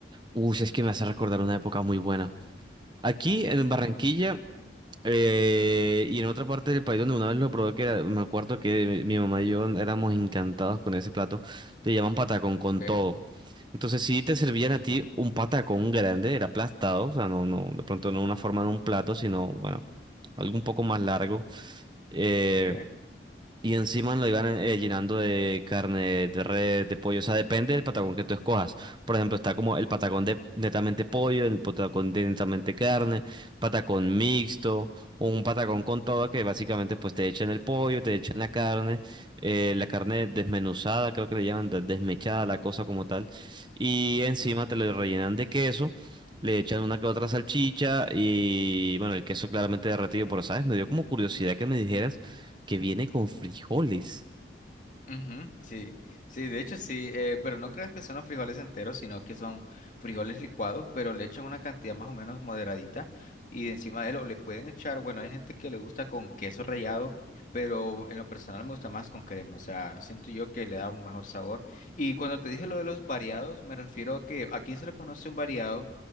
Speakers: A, on the right; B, on the left.
A: Uy, es que me hace recordar una época muy buena. Aquí en
B: ujú,
A: Barranquilla
B: ujú.
A: eh, y en otra parte del país donde una vez lo probé, que era- me acuerdo que mi mamá y yo éramos encantados con ese plato. Te llaman patacón con
B: Ok,
A: todo. Entonces, si te servían
B: ujú,
A: a ti un patacón grande, era aplastado, o sea, no, no, de pronto no una forma de un plato, sino, bueno, algo un poco más largo. Eh,
B: ok,
A: y encima lo iban eh, llenando de carne de res, de pollo. O sea, depende del patacón que tú escojas. Por ejemplo, está como el patacón de netamente pollo, el patacón de netamente carne, patacón mixto, o un patacón con todo que básicamente pues te echan el pollo, te echan la carne, eh, la carne desmenuzada, creo que le llaman de- desmechada, la cosa como tal. Y
B: ujú.
A: encima te lo rellenan de queso, le echan una que otra salchicha y bueno, el queso claramente derretido, pero sabes, me dio como curiosidad que me dijeras que viene con frijoles.
B: Ujú, sí, sí, de hecho sí, eh, pero no creas que son los frijoles enteros, sino que son frijoles licuados, pero le echan una cantidad más o menos moderadita y encima de lo le pueden echar, bueno, hay gente que le gusta con queso rallado, pero en lo personal me gusta más con crema, o sea, siento yo que le da un mejor sabor. Y cuando te dije lo de los variados, me refiero a que aquí se le conoce un variado